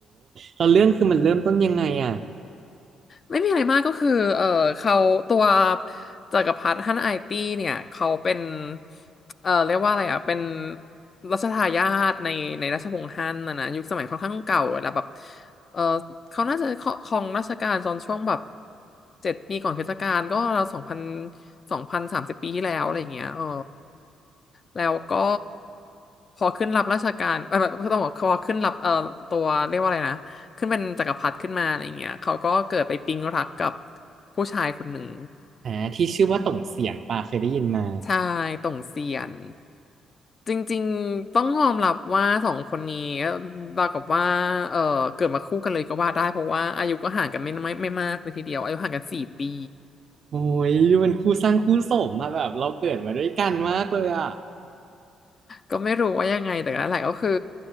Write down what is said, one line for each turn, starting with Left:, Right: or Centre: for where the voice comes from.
Right: แล้วเรื่องคือมันเริ่มต้นยังไงอ่ะ
Left: ไม่มีอะไรมากก็คือเออเขาตัวจักรพรรดิฮั่นไอตี้เนี่ยเขาเป็นเออเรียกว่าอะไรอ่ะเป็นรัชทายาทในในราชวงศ์ฮั่นนะนะยุคสมัยค่อนข้างเก่าแล้วแบบเออเขาน่าจะครองราชการตอนช่วงแบบเจ็ดปีก่อนคริสตกาลก็ราวสองพันสองพันสามสิบปีที่แล้วอะไรอย่างเงี้ยเออ แล้วก็พอขึ้นรับราชการเอ้ยไม่ไม่ต้องบอกพอขึ้นรับเอ่อตัวเรียกว่าอะไรนะขึ้นเป็นจักรพรรดิขึ้นมาอะไรเงี้ยเขาก็เกิดไปปิ๊งรักกับผู้ชายคนหนึ่ง
Right: อ่าที่ชื่อว่าต่งเสียงปะเคยได้ยินมา
Left: ใชายต่งเซียนจริงๆต้องยอมรับว่าสองคนนี้เราวกับว่าเออเกิดมาคู่กันเลยก็ว่าได้เพราะว่าอายุก็ห่างกันไม่ไม่ไม่มากเลยทีเดียวอายุห่างกันสี่ปี
Right: โอ้ยดูเป็นคู่สร้างคู่สมมาแบบเราเกิดมาด้วยกันมากเลยอ่ะ
Left: ก็ไม่รู้ว่ายังไงแต่นั่นแหละก็คือ